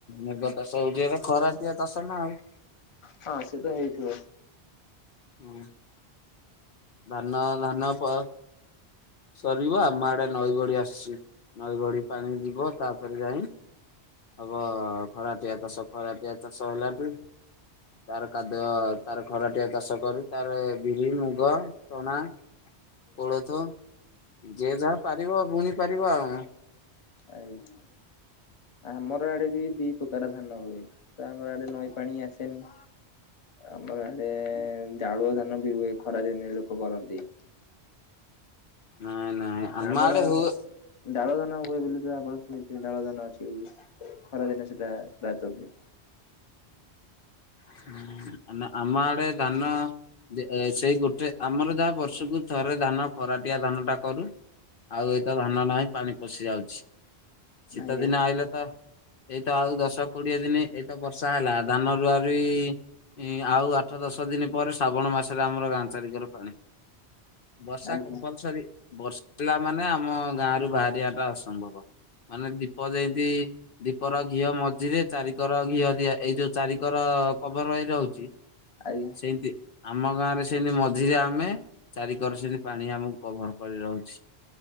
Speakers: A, on the left; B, on the left.
A: ମୁଗ ଚାଷ ହଉଚି ହେରା ଖରାଟିଆ ଚାଷ ନା ଆଉ
B: ହଁ ସେ ତ ହେଇଥିବ।
A: ହୁଁ। ଧାନ ଧାନ ପ ସରିବ ଆମ ଆଡେ ନଈ ବଢି ଆସଚି ନଈ ବଢ଼ି ପାଣି ଯିବ ତାପରେ ଯାଇ ହବ ଖରାଟିଆ ଚାଷ ଖରାଟିଆ ଚାଷ ହେଲା ଠୁ ତାର କାଦୁଅ ତାର ଖରାଟିଆ ଚାଷ କରୁ ତାରେ ବିରି ମୁଗ ଚଣା କୋଳଥ ଯେ ଯାହା ପାରିବ ବୁଣି ପାରିବ ଆଉ
B: ଆଜ୍ଞା ଆମର ଆଡେ ବିରି ପ୍ରକାର ଧାନ ହୁଏ ତ ଆମ ଆଡେ ନଈ ପାଣି ଆସେନି। ଆମଆଡେ ଡାଳୁଅ ଧାନ ବି ହୁଏ ଖରା ଦିନେ ଲୋକ କରନ୍ତି।
A: ନାଇଁ ନାଇଁ
B: ଡାଳୁଆ
A: ଆମ ଆଡେ
B: ଧା
A: ହୁଏ
B: ଡାଳୁଆ ଧାନ ହୁଏ ବୋଲି ପା ଆପଣ ଏଠି ଡାଳୁଆ ଧାନ ଅଛି ବୋଲି ଖରାଦିନେ ସେଇଟା ପ୍ରାୟତଃ ହୁଏ।
A: ହୁଁ ଆମ ଆମ ଆଡେ ଧାନ ଏ ସେଇ ଗୋଟେ ଆମର ଯାହା ବର୍ଷକୁ ଥରେ ଧାନ ଖରାଟିଆ ଧାନ ଟା କରୁ। ଆଉ ଏତ ଧାନ ନାହିଁ ପାଣି ପଶି ଯାଉଛି। ଶୀତ
B: ଆଜ୍ଞା
A: ଦିନ ଆହିଲେ ତ ଏଇତ ଆଉ ଦଶ କୋଡିଏ ଦିନ ଏଇତ ବର୍ଷା ହେଲା। ଧାନ ରୁଆରୁଇ ଆଉ ଆଠ ଦଶ ଦଶ ଦିନ ପରେ ଶ୍ରାବଣ ମାସରେ ଆମର ଗାଁ ଚାରିକର ପାଣି। ବର୍ଷା
B: ଆଜ୍ଞା
A: କମ୍ପଲସରି ବର୍ଷ ପା ମାନେ ଆମ ଗାଁରୁ ବାହାରିବାଟା ଅସମ୍ଭବ ମାନେ ଦୀପ ଯେମତି ଦୀପର ଘିଅ ମଝିରେ ଚାରିକର ଘିଅ ଦିଆ ଏଇ ଯୋଉ ଚାରିକର କବର ହେଇ ରହୁଛି
B: ଆଜ୍ଞା।
A: ସେମତି ଆମ ଗାଁରେ ସେମିତି ମଝିରେ ଆମେ ଚାରିିକର ସେତି ପାଣି ଆମକୁ କଭର କରି ରହୁଛି।